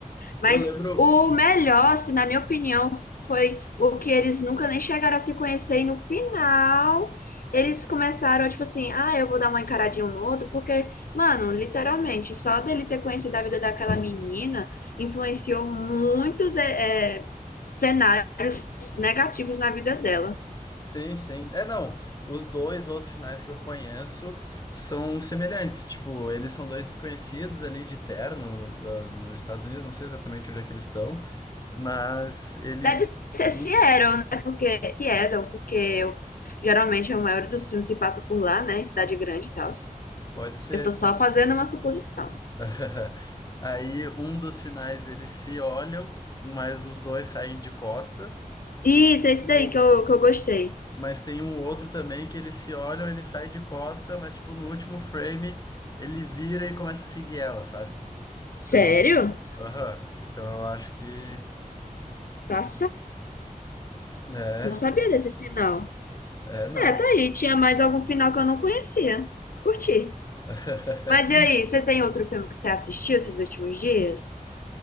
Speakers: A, on the left; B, on the left.
A: Mas
B: eu lembro.
A: o melhor, assim, na minha opinião, foi o que eles nunca nem chegaram a se conhecer. E no final, eles começaram, tipo assim, ah, eu vou dar uma encaradinha um no outro, porque, mano, literalmente, só dele ter conhecido a vida daquela menina influenciou muitos é, é, cenários negativos na vida dela.
B: Sim, sim. É, não. Os dois outros finais que eu conheço são semelhantes. Tipo, eles são dois desconhecidos ali de terno, ah, nos Estados Unidos. Não sei exatamente onde é que eles estão. Mas eles.
A: Deve ser
B: um-
A: Seattle, né? Porque Seattle, porque eu- geralmente a maioria dos filmes se passa por lá, né? Em cidade grande e tal.
B: Pode ser.
A: Eu tô só fazendo uma suposição.
B: <laughs> Aí um dos finais eles se olham, mas os dois saem de costas.
A: Isso, é esse
B: Tipo,
A: daí que eu, que eu gostei.
B: Mas tem um outro também que eles se olham, ele sai de costa, mas tipo no último frame ele vira e começa a seguir ela, sabe?
A: Sério?
B: Então, aham. Então eu acho que
A: Passada.
B: é,
A: Não sabia desse final.
B: é não.
A: É,
B: é-
A: tá aí. Tinha mais algum final que eu não conhecia. Curti.
B: <laughs>
A: Mas e aí, você tem outro filme que você assistiu esses últimos dias?